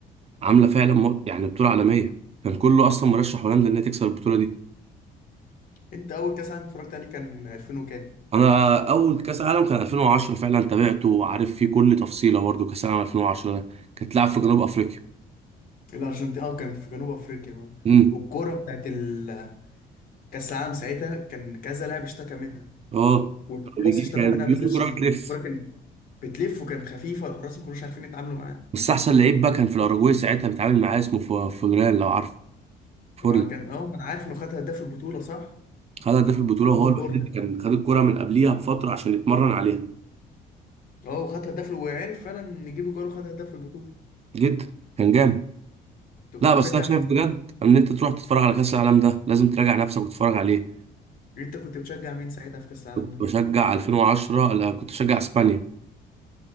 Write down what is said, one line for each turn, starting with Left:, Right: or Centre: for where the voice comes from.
Right: عامله فعلا م- يعني بطوله عالميه كان كله اصلا مرشح هولندا انها تكسب البطوله دي
Left: انت اول كاس عالم اتفرجت عليه كان 2000 وكام
Right: انا اول كاس عالم كان 2010 فعلا تابعته وعارف فيه كل تفصيله برضو كاس عالم 2010 ده كانت لعب في جنوب افريقيا
Left: الارجنتين اه كانت في جنوب افريقيا اه.
Right: امم
Left: والكوره بتاعت ال- كاس العالم ساعتها كان كذا لاعب اشتكى منها
Right: اه
Left: والحراس
Right: كانوا بيجي
Left: اشتكوا
Right: كان
Left: منها
Right: بيقول
Left: بالذات
Right: الكره
Left: عشان
Right: بتلف
Left: الكوره كانت بتلف وكانت خفيفه والحراس ما كانوش عارفين يتعاملوا معاها
Right: بس احسن لعيب بقى كان في الاراجواي ساعتها بيتعامل معاه اسمه ف- فورلان لو عارف فورلان
Left: ما كان اه ما انا عارف انه خد هداف البطوله صح؟
Right: خد هداف البطوله وهو
Left: يجيبوا
Right: الوحيد
Left: كورلا
Right: اللي كان خد الكره من قبليها بفتره عشان يتمرن عليها
Left: اه وخد هداف وعرف فعلا يجيب جول وخد هداف البطوله
Right: جدا كان جامد
Left: انت
Right: لا
Left: كنت بتشجع
Right: بس انا شايف
Left: مين
Right: بجد ان انت تروح تتفرج على كاس العالم ده لازم تراجع نفسك وتتفرج عليه
Left: انت كنت بتشجع مين ساعتها في كاس العالم
Right: كنت
Left: ده؟
Right: بشجع 2010 لا كنت بشجع اسبانيا